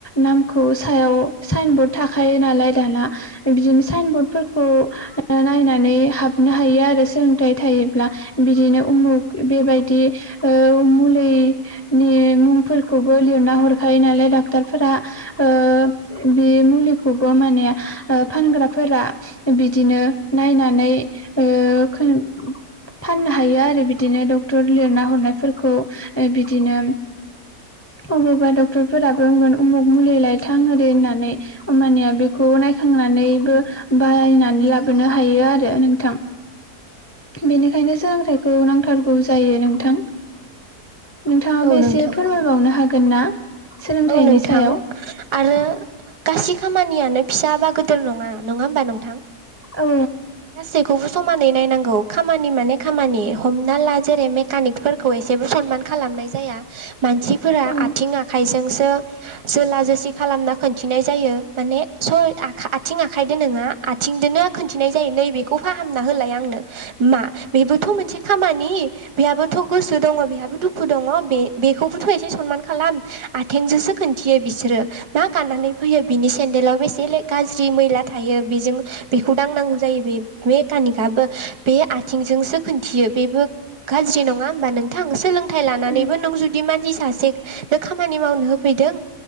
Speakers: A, on the left; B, on the right.
A: नखौ सायाव साइन बर्ड थाखायो नालाय दाना बिदिनो साइन बर्ड खौ नायनानै हाबनो हायो आरो सोलोंथाइ थायोब्ला बिदिनो उमुक बेबायदि ओ मुलिनि मुंफोरखौबो लिरना हरखायो नालाय डक्टर फोरा ओ बे मुलिखौबो माने ओ फानग्राफोरा बिदिनो नायनानै ओ खो फाननो हायो आरो बिदिनो डक्टर लिरना हरनायफोरखौ ओ बिदिनो अबावबा डक्टरफोराबो होनगोन उमुक मुलिलाय थां ओरै होननानै होनबानिया बेखौ नाय खांनानैबो बाहायनानै लाबोनो हायो आरो नोंथां बेनिखायनो सोलोंथाइखौ नांथारगौ जायो नोंथां नोंथाङाबो
B: औ नोंथां
A: एसे फोरमायबावनो हागोन ना सोलोंथाइनि
B: औ नोंथां
A: सायाव
B: आरो गासि खामानियानो फिसा बा गोदोर नङा नङा होमबा नोंथां
A: औ
B: गासैखौबो समानै नायनांगौ खामानि माने खामानि हमना ला जेरै मेकानिकफोरखौ एसेबो सनमान खालामनाय जाया मानसिफोरा
A: औ
B: आथिं आखाइजों जोला जोसि खालामना खोनन्थिनाय जायो माने स आथिं आखाइदो नोङा आथिंजोंनो खिन्थिनाय नै बेखौ फाहामना होलाय आंनो मा बेबोथ' मोनसे खामानि बेहाबोथ' गोसो दङ बेहाबो दुखु दङ बे बेखौबोथ' एसे सनमान खालाम आथेंजोंसो खोनन्थियो बिसोरो मा गाननानै फैयो बिनि सेन्देलाव बेसे गाज्रि मैला थायो बेजों बेखौ दांनांगौ जायो मेकानिकाबो बे आथिंजोंसो खोन्थियो बेबो गाज्रि नङा होमबा नोंथां नोंथां सोलोंथाइ लानानैबो
A: औ
B: नों जुदि मानसि सासेनो खामानि मावनो होफैदों